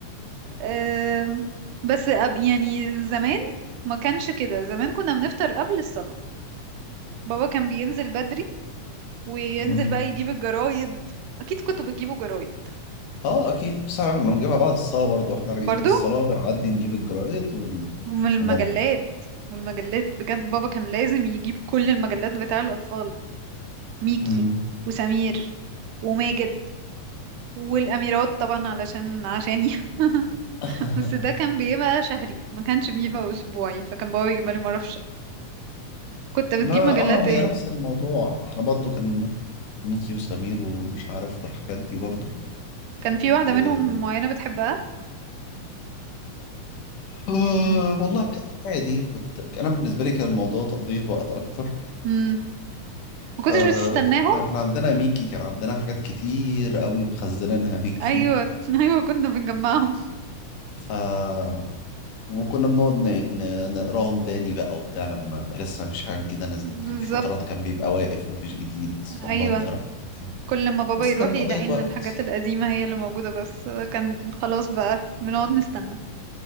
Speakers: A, on the right; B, on the left.
A: أم... بس أب... يعني زمان ما كانش كده زمان كنا بنفطر قبل الصلاة بابا كان بينزل بدري وينزل
B: مم.
A: بقى يجيب الجرايد أكيد كنتوا بتجيبوا جرايد
B: اه اكيد بس احنا كنا بنجيبها بعد الصلاة برضو واحنا راجعين
A: برضو
B: من الصلاة بنعدي نجيب الجرايد ون...
A: ومن المجلات
B: ونرجع
A: والمجلات بجد بابا كان لازم يجيب كل المجلات بتاع الأطفال ميكي
B: مم.
A: وسمير وماجد والأميرات طبعا علشان عشاني <laughs>
B: <laughs>
A: بس ده كان بيبقى شهري ما كانش بيبقى أسبوعي فكان بابا بيجيبها لي مرة في الشهر كنت بتجيب
B: ما
A: مجلات
B: اه هي
A: ايه
B: نفس الموضوع احنا برضو كان ميكي وسمير ومش عارف والحاجات دي برضو
A: كان في واحدة
B: و...
A: منهم معينة بتحبها
B: آه
A: يعني م...
B: والله عادي كنت انا بالنسبة لي كان الموضوع تقضية وقت اكتر
A: م... ما كنتش
B: فاحنا
A: بتستناهم
B: كان عندنا ميكي كان عندنا حاجات كتير قوي مخزنينها ميكي
A: أيوة <laughs> أيوة كنا بنجمعهم
B: ف وكنا بنقعد ن- ن- نقراهم تاني بقى وبتاع لما يبقى لسه مفيش حاجة جديدة نزلت
A: بالظبط
B: كان في فترات كان بيبقى واقف مفيش جديد فبنقعد
A: أيوة
B: نقرا في القديم.
A: كل ما بابا
B: بس
A: يروح
B: كانت
A: يلاقي
B: قضية
A: ان
B: وقت
A: الحاجات القديمة هي اللي موجودة بس كان خلاص بقى بنقعد نستنى